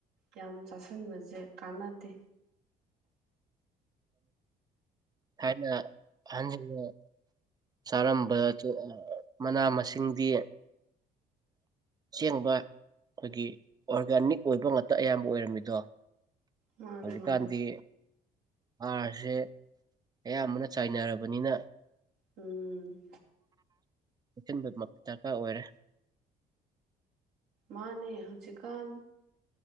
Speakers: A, on the right (about 70°); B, on the right (about 25°).
A: ꯌꯥꯝ ꯆꯥꯁꯤꯟꯕꯖꯦ ꯀꯥꯟꯅꯗꯦ
B: ꯊꯥꯏꯅ ꯊꯥꯏꯅꯅꯦ ꯆꯥꯔꯝꯕ ꯆꯤ ꯑ ꯑ ꯃꯅꯥ ꯃꯁꯤꯡꯗꯤ ꯑꯁꯦꯡꯕ ꯑꯩꯈꯣꯏꯒꯤ ꯑꯣꯔꯒꯥꯅꯤꯛ ꯑꯣꯏꯕ ꯉꯥꯛꯇ ꯑꯌꯥꯝꯕ ꯑꯣꯏꯔꯝꯃꯤꯗꯣ
A: ꯃꯥꯅꯤ
B: ꯍꯧꯖꯤꯛꯀꯥꯟꯗꯤ
A: ꯃꯥꯅꯤ
B: ꯍꯥꯥꯔꯁꯦ ꯑꯌꯥꯝꯕꯅ ꯆꯥꯏꯅꯔꯕꯅꯤꯅ
A: ꯎꯝ
B: ꯆꯦꯛꯁꯤꯟꯕꯃꯛ ꯗꯔꯀꯥꯔ ꯑꯣꯏꯔꯦ
A: ꯃꯥꯟꯅꯦ ꯍꯧꯖꯤꯛꯀꯥꯟ